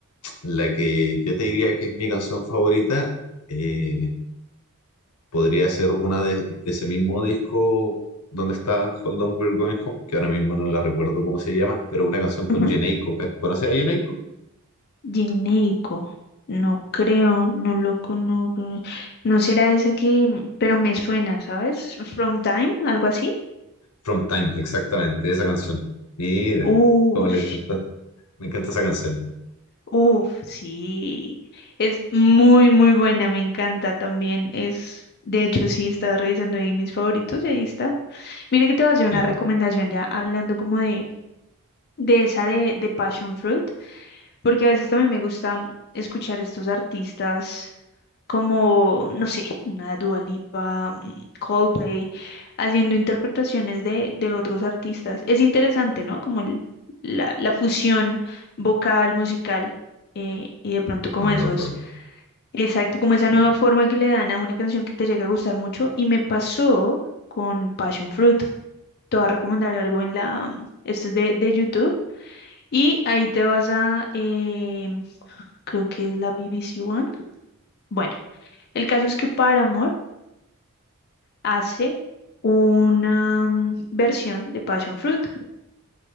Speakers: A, on the left; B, on the left.
A: la que yo te diría que es mi canción favorita. eh, podría ser una de, de ese mismo disco donde está Hold On We're Going Home, que ahora mismo no la recuerdo cómo se llama, pero una canción con
B: ujú.
A: Jhenéico. ¿ca- ¿Conoces a Jhenéico?
B: Genérico. No creo, no lo conozco. No será ese que, pero me suena, ¿sabes? From Time, algo así.
A: From Time, exactamente, esa canción. Mira,
B: Uf,
A: cómo le chutaste. Me encanta esa canción.
B: uf, sí. Es muy, muy buena, me encanta también. Es, de hecho, sí, estaba revisando ahí mis favoritos y ahí está. Mire que te voy a hacer una
A: Sí,
B: recomendación ya, hablando como de, de esa de, de Passion Fruit. porque a veces también me gusta escuchar estos artistas como, no sé, una Dua Lipa, mm, Coldplay, haciendo interpretaciones de, de otros artistas. Es interesante, ¿no? Como el- la, la fusión vocal, musical, eh, y de pronto como
A: no,
B: esos,
A: de todas formas.
B: exacto, como esa
A: Bueno,
B: nueva forma que le dan a una canción que te llega a gustar mucho. Y me pasó con Passion Fruit. Te voy a recomendar algo en la, esto es de, de YouTube. Y ahí te vas a em, creo que es la BBC One. Bueno, el caso es que Paramore hace una mm, versión de Passion Fruit.